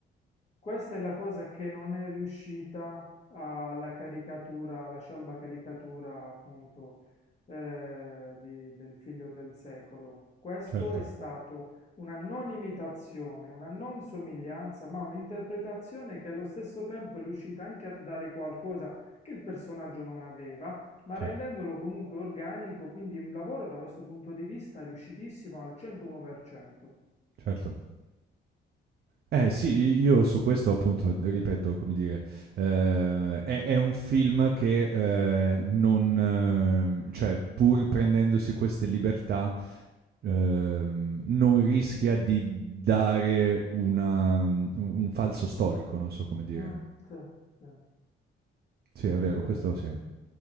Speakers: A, on the left; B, on the right.
A: Questa è la cosa che non è riuscita alla caricatura, alla scialba caricatura appunto eh, di- del figlio del secolo. Questo
B: certo,
A: è stato una non imitazione, una non somiglianza, ma un'interpretazione che allo stesso tempo è riuscita anche a dare qualcosa che il personaggio non aveva, ma
B: certo,
A: rendendolo comunque organico, quindi un lavoro da questo punto di vista riuscitissimo al 101%.
B: certo. Eh sì, io su questo appunto, ripeto, come dire, eh, è, è un film che eh, non, eh, cioè pur prendendosi queste libertà, ehm, non rischia di dare una, un un falso storico, non so come dire.
A: Mh, sì, sì.
B: Sì,
A: Ehm,
B: è vero, questo sì.